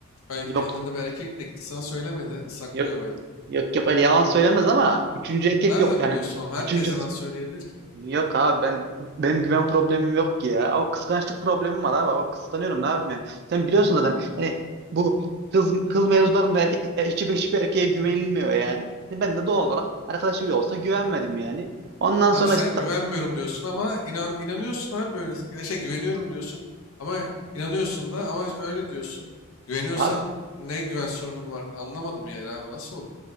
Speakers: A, on the left; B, on the right.
A: Belki
B: Yok
A: bir yanlarında bir erkek de gitti sana söylemedi. Saklıyor
B: yok
A: belki.
B: yok yok öyle yalan söylemez ama üçüncü erkek
A: Nereden
B: yok. Yani
A: biliyorsun oğlum? Herkes
B: üçüncü
A: yalan söyleyebilir ki.
B: Yok abi ben benim güven problemim yok ki ya. Ama kıskançlık problemim var abi. Ama kıskanıyorum ne yapayım yani. Sen biliyorsun zaten hani bu kız kız mevzularında erke, e, hiçbir hiçbir erkeğe güvenilmiyor yani. Hani Ben de doğal olarak arkadaş bile olsa güvenmedim yani. Ondan
A: Abi
B: sonra
A: sen
B: işte ta-
A: güvenmiyorum diyorsun ama inan inanıyorsun abi böyle. Ya Şey güveniyorum diyorsun ama inanıyorsun da ama öyle diyorsun. Güveniyorsan
B: abi
A: ne güven sorunun var? Anlamadım yani abi bu nasıl oluyor?